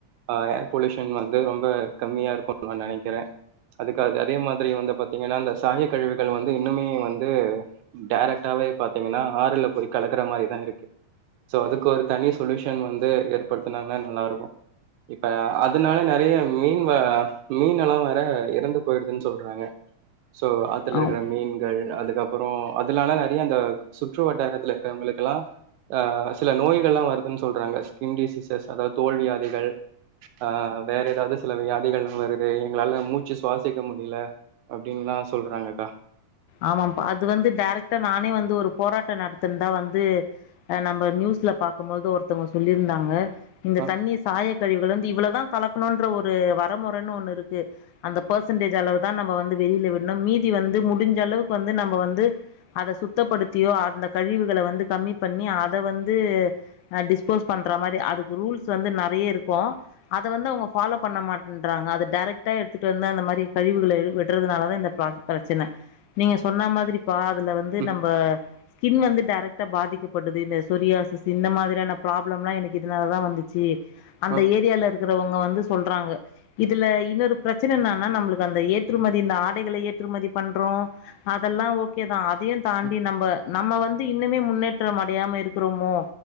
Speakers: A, on the right; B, on the left.
A: அ ஏர் பொல்யூஷன் வந்து ரொம்ப கம்மியா இருக்கும்னு நா நெனைக்கிறே அதுக்கு அது அதே மாதிரி வந்து பாத்தீங்கன்னா இந்த சாய கழிவுகள் வந்து இன்னுமே வந்து டேரக்டாவே பாத்தீங்கன்னா ஆறுல போய் கலக்குற மாரிதா இருக்கு சோ அதுக்கு ஒரு தனி சொலூஷன் வந்து ஏற்படுத்துனாங்கனா நல்லாருக்கு இப்ப அதுனால நறைய மீன் வ மீன் எல்லா வேற இறந்து போயிடுதுன்னு சொல்றாங்க சோ ஆத்துல
B: ஆம்
A: இருக்குற மீன்கள் அதுக்கப் அப்புறோ அதுனாலே நெறைய அந்த சுற்று வட்டாரத்துல இருக்கறவங்களுக்கெளா ஆ சில நோய்கள்லா வருதுன் சொல்றாங்க ஸ்கின் டிசீசஸ் அதாத் தோல் வியாதிகள் ஆ வேற எதாவது சில வியாதிகள்லா வருது எங்ளால மூச்சு சுவாசிக்க முடிலா அப்டின்லா சொல்றாங்கக்கா
B: ஆமாம்பா அது வந்து டைரக்ட்டா நானே வந்து ஒரு போராட்டோ நடத்தின்தா வந்து ஆ நம்ம நியூஸ்ல பாக்கும் மோது ஒருத்தவுங்கோ சொல்லியிருந்தாங்க இந்த
A: அ
B: தண்ணீர் சாய கழிவுகளந்து இவ்ளோதா கலக்குணோன்ற ஒரு வரமுறனு ஒண்ணு இருக்கு அந்த பெர்செண்டேஜ் அளவுதா நம்ப வந்து வெளில விட்னம் மீதி வந்து முடி சளவுக்கு வந்து நம்ப வந்து அத சுத்தப்படுத்தியோ அந்த கழிவுகள வந்து கம்மி பண்ணி அத வந்து ஆ டிஸ்போஸ் பண்ற மாரி அதுக்கு ரூல்ஸ் வந்து நெறைய இருக்கோ அத வந்து அவுங்க ஃபாலோ பண்ண மாட்டன்றாங்க அது டைரக்டா எடுத்துட்டு வந்து அந்த மாரி கழிவுகள எ விட்டுறதுனாலதா இந்த ப்ரா பிரச்சன நீங்க சொன்னா மாதிரி பா அதுல வந்து
A: ம்
B: நம்ப ஸ்கின் வந்து டைரக்டா பாதிக்கப்படுதுயினு சொரியாசிஸ் இன்ன மாதிரியான பிராப்ளம்லா எனக்கு இதுனாலதா வந்துச்சி அந்த
A: அ
B: ஏரியால இரு கிருவங்க வந்து சொல்றாங்க இதுல இன்னொரு பிரச்சன என்னானா நம்முளுக்கு அந்த ஏத்துறுமதி இந்த ஆடைகளை ஏத்துறுமதி பண்றோ அதெல்லா ஓகேதா ஆ தியு தாண்டி
A: ம்
B: நம்ப நம்ம வந்து இன்னுமே முன்னேற்றம் அடையாம இருக்கிறோமோ